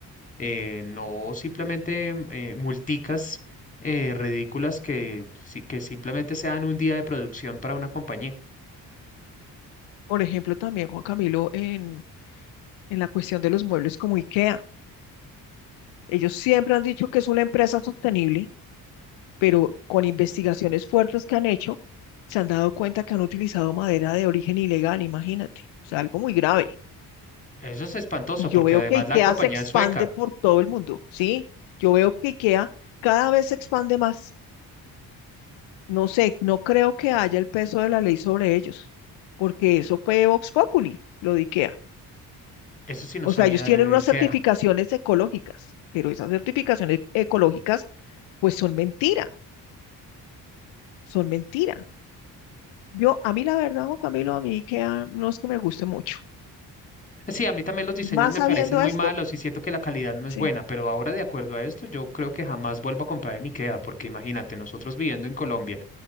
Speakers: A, on the left (about 15°); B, on the left (about 70°).
A: eh, no simplemente mm, eh, multicas eh, ridículas que, si- que simplemente sean un día de producción para una compañía.
B: Por ejemplo, también Juan Camilo en, en la cuestión de los muebles como IKEA. Ellos siempre han dicho que es una empresa sostenible pero con investigaciones fuertes que han hecho, se han dado cuenta que han utilizado madera de origen ilegal, imagínate, o sea, algo muy grave.
A: Eso es espantoso
B: Y yo
A: porque
B: veo
A: además
B: que IKEA
A: la compañía
B: se expande
A: es sueca.
B: por todo el mundo, ¿sí? Yo veo que IKEA cada vez se expande más. No sé, no creo que haya el peso de la ley sobre ellos, porque eso fue Vox Populi, lo de IKEA.
A: Eso sí no
B: O
A: sabía
B: sea, ellos tienen
A: de, de
B: unas
A: IKEA.
B: certificaciones ecológicas, pero esas certificaciones ecológicas, pues son mentira, son mentira. Yo, a mí la verdad, Juan Camilo, a mí IKEA no es que me guste mucho.
A: Sí, a mí también los diseños
B: Y Más
A: me
B: sabiendo
A: parecen muy
B: esto,
A: malos y siento que la calidad no es
B: sí,
A: buena, pero ahora de acuerdo a esto, yo creo que jamás vuelvo a comprar en IKEA porque imagínate, nosotros viviendo en Colombia